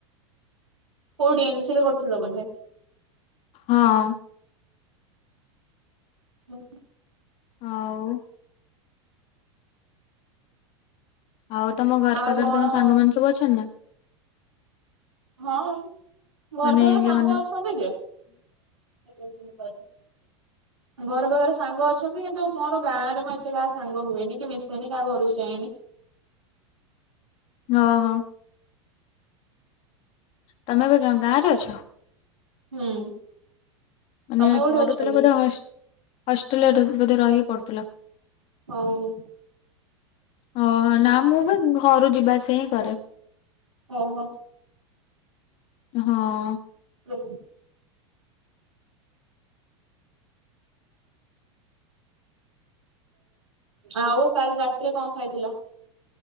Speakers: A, on the right; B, on the left.
A: କୋଉଠି ଏନ୍ସି ରେ କରୁଥିଲ ବୋଧେ?
B: ହଁ।
A: ହଁ
B: ଆଉ ଆଉ ତମ ଘର
A: ଆଜି
B: ପାଖରେ
A: କଣ
B: ତମ ସାଙ୍ଗ ମାନ ସବୁ ଅଛନ୍ତି ନା?
A: ହଁ ଘର
B: ମାନେ
A: ପାଖରେ ସାଙ୍ଗ
B: ଯୋଉମାନେ
A: ଅଛନ୍ତି ଯେ। <inaudible> ଘର ପାଖରେ ସାଙ୍ଗ ଅଛନ୍ତି। କିନ୍ତୁ ମୋର ଗାଁ ରେ ମୋ ଏତେ କାହା ସାଙ୍ଗ ହୁଏନି କି ମିଶେନି କାହା ଘରକୁ ଯାଇନି।
B: ଓହୋ। ତମେ ଏବେ ଗାଁ ରେ ଅଛ?
A: ହୁଁ
B: ମାନେ
A: ତମେ କୋଉଠି
B: ପଢୁଥିଲା
A: ଅଛ କି?
B: ବୋଧେ ହଷ୍ଟେଲରେ ବୋଧେ ରହିକି ପଡୁଥିଲା
A: ହଁ
B: ଓହୋ ନା ମୁଁ ବି ଘରୁ ଯିବାସ ହିଁ କରେ
A: ଓହୋ
B: ହଁ
A: ସେଞ ଆଉ କାଲି ରାତିରେ କଣ ଖାଇଥିଲ